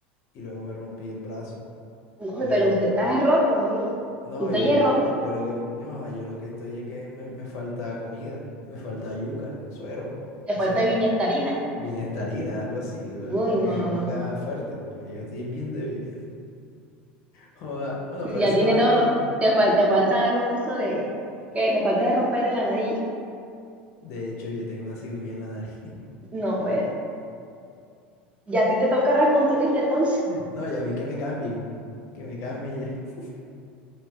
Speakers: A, on the left; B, on the right.
A: y luego me rompí el brazo.
B: No, hombre,
A: Y luego,
B: pero usted está roto, amigo.
A: no,
B: Usted
A: yo,
B: ya es roto.
A: yo lo que, yo, yo lo que estoy es que me, me falta comida, me falta yuca, suero,
B: Te
A: no
B: falta
A: sé,
B: vinestarina.
A: bienestarina, algo así, algo
B: Uy,
A: que,
B: no,
A: que me
B: no,
A: ponga
B: no.
A: fuerte, porque yo estoy bien débil. Joda. Bueno,
B: Ya
A: pero esa
B: tiene
A: vaina,
B: todos los. Te falta, te falta los huesos de. ¿Qué? Te falta de romper de la nariz.
A: de hecho, yo tengo una cirugía en la nariz. <laughs>
B: No, pues. Ya a ti te toca reconstruirte entonces.
A: No, y a mí que me cambien, que me cambien ya.